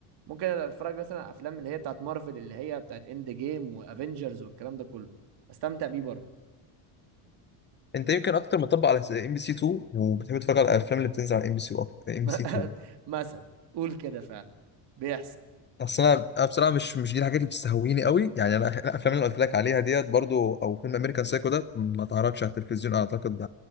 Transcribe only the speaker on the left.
انت يمكن اكتر مطبق على ام بي سي 2 وبتحب تتفرج على الافلام اللي بتنزل على ام بي سي ام
بي سي 2
اصل انا أنا بصراحه مش مش دي الحاجات اللي بتستهويني قوي يعني انا الافلام اللي قلت لك عليها ديت برضو او فيلم امريكان سايكو ده ما اتعرضش على التلفزيون اعتقد